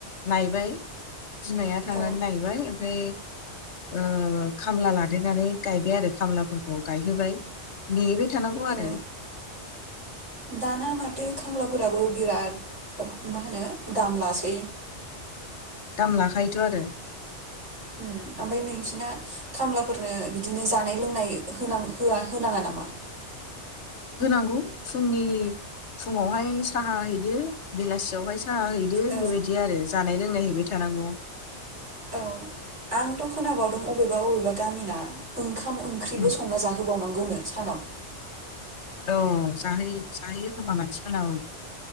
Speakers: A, on the left (about 75°); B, on the right (about 85°).
A: नायबाय बिमाया थांनानै
B: औ
A: नायबाय ओमफाय ओ खामला लादेरनानै गायबाय आरो खामलाफोरखौ गायहोबाय नेओइबाय थानांगौ
B: औ
A: आरो
B: दाना माथो खामलाफोराबो बिराद मा होनो दाम लासै
A: दाम लाखायोथ' आरो
B: उम ओमफाय नोंसिना खामलाफोरनो बिदिनो जानाय लोंनाय होनां होआ होनाङा नामा
A: होनांगौ फुंनि फुुङावहाय साहा हैदो बेलासियावहाय साहा हैदो
B: औ
A: बेबायदि आरो जानाय लोंनाय हैैबाय थानांगौ।
B: औ आंथ' खोनाबावदों अबेबा अबेबा गामिना ओंखा खाम ओंख्रिबो
A: उम
B: संना जाहोबावनांगौनो सानाव।
A: औ जाहोयो जाहोयो खोमा मानसिफोरनाव औ।